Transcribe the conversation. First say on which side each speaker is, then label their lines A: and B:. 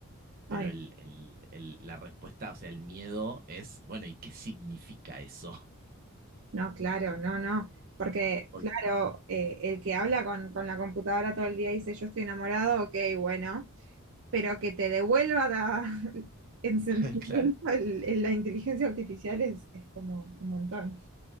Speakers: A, on the right; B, on the right.
A: Pero
B: Ay.
A: el, el- el- la respuesta, o sea, el miedo es, bueno, ¿y qué significa eso?
B: No, claro, no, no. Porque,
A: Porque,
B: claro, eh, el que habla con, con la computadora todo el día y dice yo estoy enamorado, ok, bueno, pero que te devuelva la- <laughs> en sentimiento
A: <laughs> claro,
B: el- el- la inteligencia artificial es, es como un montón.